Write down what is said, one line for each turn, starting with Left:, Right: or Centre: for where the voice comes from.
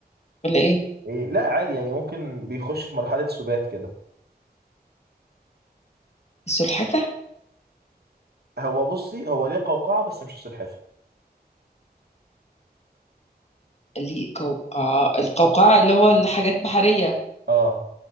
Left: ولا ايه
Right: إيه لا عادي يعني ممكن بيخش في مرحلة سبات كده
Left: السلحفه
Right: هو بصي هو ليه قوقعة بس مش سلحفة
Left: اللي قوقعه القوقعه اللي هو الحاجات بحريه
Right: اه